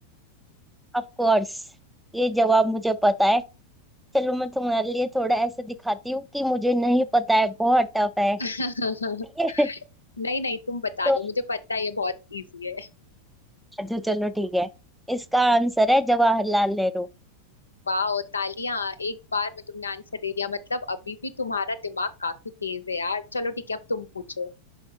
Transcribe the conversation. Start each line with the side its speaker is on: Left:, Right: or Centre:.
Centre: ऑफ कोर्स ये जवाब मुझे पता है चलो मैं तुम्हारे लिए थोड़ा ऐसे दिखाती हूँ कि मुझे नहीं पता है बहुत टफ है <laughs>
Left: <laughs>
Centre: ठीक है?
Left: नहीं नहीं तुम बता
Centre: तो
Left: दो मुझे पता है ये बहुत इजी है
Centre: अच्छा चलो ठीक है इसका आंसर है जवाहरलाल नेहरू
Left: वाह तालियां एक बार में तुमने आंसर दे दिया मतलब अभी भी तुम्हारा दिमाग काफी तेज है यार चलो ठीक है अब तुम पूछो